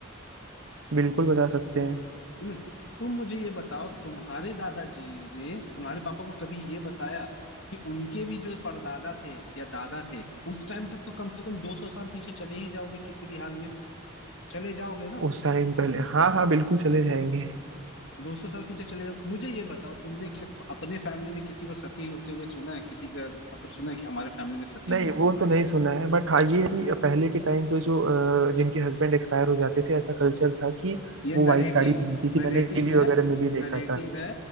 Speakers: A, on the right; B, on the left.
A: बिल्कुल बता सकते हैं
B: है ना तुम मुझे ये बताओ तुम्हारे दादाजी ने तुम्हारे पापा को कभी ये बताया कि उनके भी जो परदादा थे या दादा थे उस टाइम तक तो कम से कम 200 साल पीछे चले ही जाओगे किसी भी हाल में चले जाओगे ना
A: उस टाइम पहले हाँ हाँ बिल्कुल चले जाएंगे
B: दो सौ साल पीछे चले जाओ मुझे ये बताओ तुमने क्या अपने फैमिली में किसी को सती होते हुए सुना है किसी का मतलब सुना है कि हमारे फैमिली में सती
A: नहीं
B: हुए हैं
A: वो तो नहीं सुना है बट हाँ ये है कि पहले के टाइम पे जो अ, जिनके हस्बैंड एक्सपायर हो जाते थे ऐसा कल्चर था कि
B: ये
A: वो
B: नरेटिव
A: वाइट साड़ी
B: है
A: पहनती थी
B: नरेटिव
A: मैंने टीवी
B: है
A: वगैरह में भी
B: नरेटिव
A: देखा था
B: है